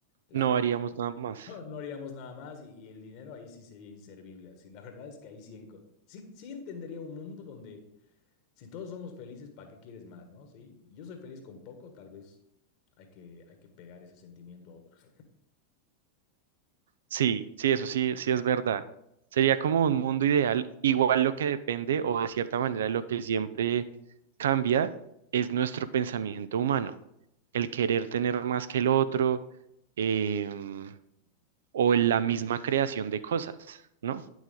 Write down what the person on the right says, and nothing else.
No haríamos nada más.
Sí, sí, eso sí, sí es verdad. Sería como un mundo ideal, igual lo que depende o de cierta manera lo que siempre cambia es nuestro pensamiento humano, el querer tener más que el otro em, o en la misma creación de cosas, ¿no?